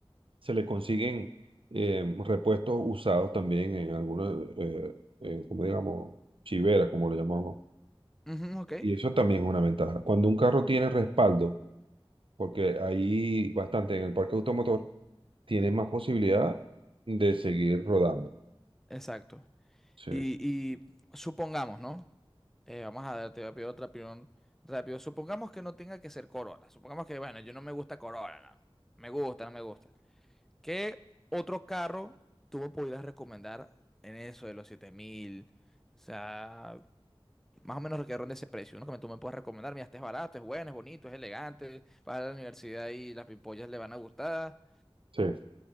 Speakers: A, on the right; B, in the centre.
A: se le consiguen eh, repuestos usados también en algunos, eh, en, como digamos, chivera, como lo llamamos.
B: Ujú, ok,
A: Y eso también es una ventaja. Cuando un carro tiene respaldo, porque ahí bastante en el parque automotor, tiene más posibilidad de seguir rodando.
B: exacto.
A: Sí.
B: Y, y supongamos, ¿no? Eh, vamos a darte rápido otra opinión rápido. Supongamos que no tenga que ser Corolla. Supongamos que, bueno, yo no me gusta Corolla, no. Me gusta, no me gusta. ¿Qué otro carro tú me pudieras recomendar en eso de los siete mil O sea, más o menos que ronde ese precio. Uno que tú me puedas recomendar. Mira, este es barato, es bueno, es bonito, es elegante. Vas a la universidad y las pimpollas le van a gustar.
A: Sí.